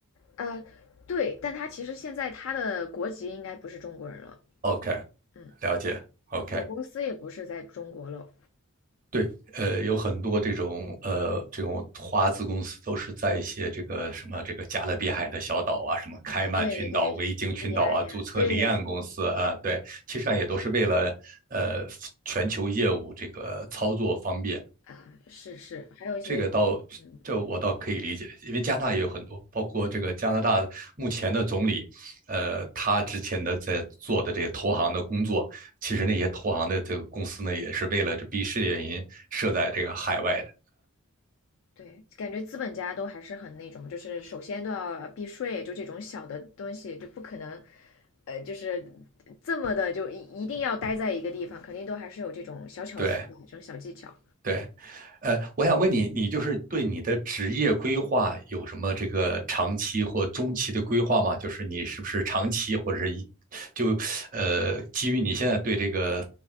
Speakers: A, on the left; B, on the right.
A: 呃，对，但他其实现在他的国籍应该不是中国人了，
B: ，OK，
A: 嗯，
B: 了解，OK，
A: 总公司也不是在中国了
B: 对，呃，有很多这种呃这种华资公司都是在一些这个什么这个加勒比海的小岛啊，什么开曼群岛、
A: 啊，对对，
B: 维京群岛啊，
A: 什么 b b i 呀，
B: 注册离岸公司啊，
A: 对，
B: 对，其实上也都是为了呃全球业务这个操作方便。
A: 是的，是的啊，是是，还有一些，
B: 这个倒这我倒可以理解，
A: 嗯。
B: 因为加拿大也有很多，包括这个加拿大目前的总理，
A: 嗯
B: 呃，他之前的在做的这个投行的工作，其实那些投行的这个公司呢，也是为了这避税原因设在这个海外的，
A: 对，感觉资本家都还是很那种，就是首先都要避税，就这种小的东西就不可能，呃，就是这么的就一一定要待在一个地方，肯定都还是有这种小巧思吧，
B: 对
A: 这种小技巧。
B: 对。呃，我想问你，你就是对你的职业规划有什么这个长期或中期的规划吗？就是你是不是长期或者是一就呃，基于你现在对这个